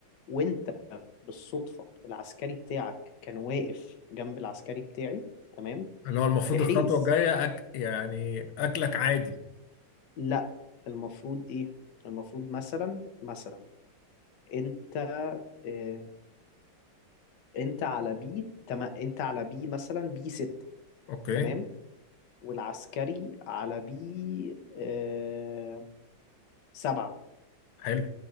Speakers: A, on the left; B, on the left.
A: وانت بالصدفة العسكري بتاعك كان واقف جنب العسكري بتاعي تمام
B: اللي هو المفروض
A: بحيث
B: الخطوة الجاية أك... يعني أكلك عادي
A: لا المفروض ايه المفروض مثلا مثلا انت اه انت على بي تمام انت على بي مثلا بي ستة
B: أوكي
A: تمام والعسكري على بي اه سبعة
B: حلو